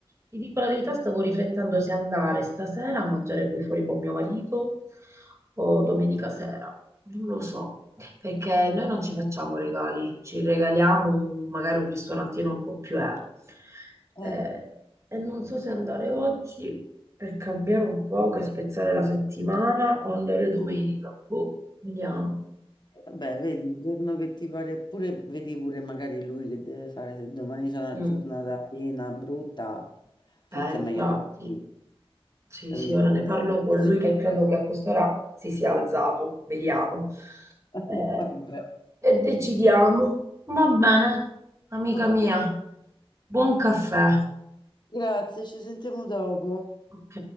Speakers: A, on the right; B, on the left.
A: ti dico la verità, stavo riflettendo se andare stasera a mangiare poi fuori con mio marito o domenica sera. Non lo so, perché noi non ci facciamo regali, ci regaliamo un- magari un ristorantino un po' più eh.
B: Eh.
A: Eh, e non so se andare oggi per cambiare un po', che spezzare la settimana o andare domenica. Boh, vediamo.
B: Vabbè, vedi, il giorno che ti pare, pure, vedi pure magari lui che deve fare, se domani c'è una
A: Mm.
B: giornata piena, brutta, forse
A: Eh, infatti.
B: è meglio domani,
A: Sì,
B: capito?
A: sì, ora ne
B: Visto
A: parlo
B: che
A: con
B: esci
A: lui che
B: da
A: credo
B: casa.
A: che a quest'ora si sia alzato, vediamo.
B: <laughs>
A: Eh,
B: Vabbè,
A: e decidiamo. Va bene, amica
B: ok.
A: mia, buon caffè.
B: Grazie, ci sentiamo dopo.
A: Ok.